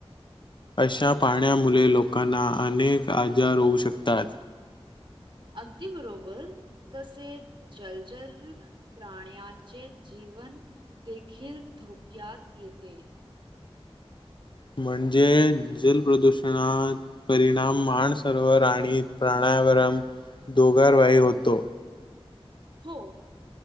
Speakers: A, on the left; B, on the right.
A: अशा पाण्यामुळे लोकांना अनेक आजार होऊ शकतात.
B: अगदी बरोबर. तसे जलजर प्राण्याचे जी जीवन देखील धोक्यात येते.
A: म्हणजे जल प्रदूषणात परिणाम मान सरोवर आणि प्रा <unintelligible> दोघांवरही होतो.
B: हो.